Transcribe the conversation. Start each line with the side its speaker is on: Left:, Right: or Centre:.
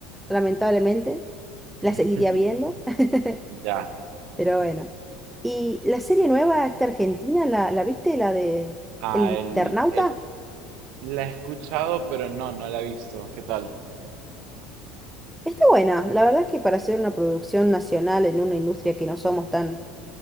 Centre: lamentablemente. La
Right: <laughs>
Centre: seguiría viendo, <laughs>
Right: Ya.
Centre: pero bueno. Y la serie nueva, esta argentina, ¿la, la viste? La de
Right: Ah,
Centre: El
Right: el-
Centre: Internauta.
Right: eh, la he escuchado, pero no, no la he visto. ¿Qué tal?
Centre: Está buena. La verdad es que para hacer una producción nacional en una industria que no somos tan